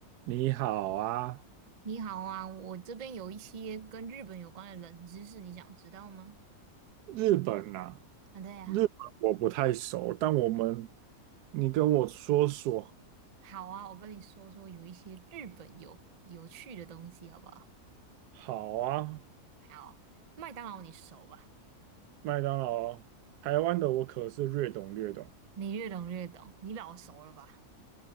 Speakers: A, on the right (about 85°); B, on the right (about 45°).
A: 你好啊，
B: 你好啊，我这边有一些跟日本有关的冷知识，你想知道吗？
A: 日本啊，
B: 啊，对啊，
A: 日本我不太熟，但我们，你跟我说说。
B: 好啊，我跟你说说有一些日本有有趣的东西，好不好？
A: 好啊，
B: 好，麦当劳你熟吧？
A: 麦当劳，台湾的我可是略懂略懂，
B: 你越懂越懂，你老熟了吧？